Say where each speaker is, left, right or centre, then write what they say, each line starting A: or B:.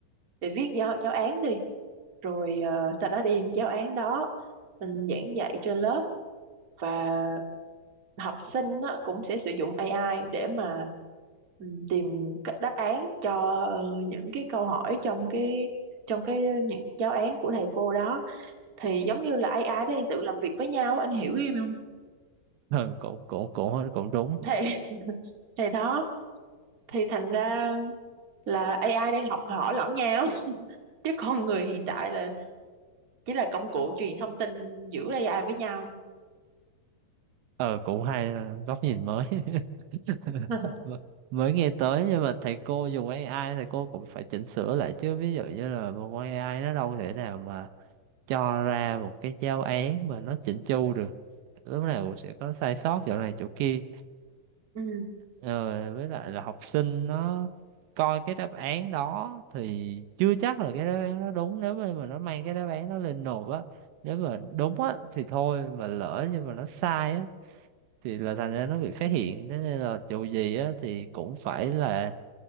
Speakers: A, on the right; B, on the right.
A: để viết giáo giáo án đi, rồi ờ, sau đó đem giáo án đó mình giảng dạy trên lớp và học sinh á, cũng sẽ sử dụng AI để mà ừm, tìm các đáp án cho ờ, những cái câu hỏi trong cái trong cái những giáo án của thầy cô đó thì giống như là AI đó đang tự làm việc với nhau anh hiểu em không?
B: Ờ, cũng cũng cũng cũng đúng
A: Thì <laughs> thì đó thì thành ra là AI đang học hỏi lẫn nhau <laughs> chứ con người hiện tại là chỉ là công cụ truyền thông tin giữa AI với nhau
B: Ờ, cũng hay ờ, góc nhìn mới <laughs>
A: <laughs>
B: M- mới nghe tới nhưng mà thầy cô dùng AI thầy cô cũng phải chỉnh sửa lại chứ ví dụ như là một con AI nó đâu thể nào mà cho ra một cái giáo án mà nó chỉnh chu được lúc nào cũng sẽ có sai sót chỗ này chỗ kia
A: ừ.
B: ờ, với lại là học sinh nó coi cái đáp án đó thì chưa chắc là cái đáp án nó đúng nếu mà mà nó mang cái đáp án nó lên nộp á nếu mà đúng á thì thôi mà lỡ nhưng mà nó sai á thì là thành ra nó bị phát hiện thế nên là dù gì á thì cũng phải là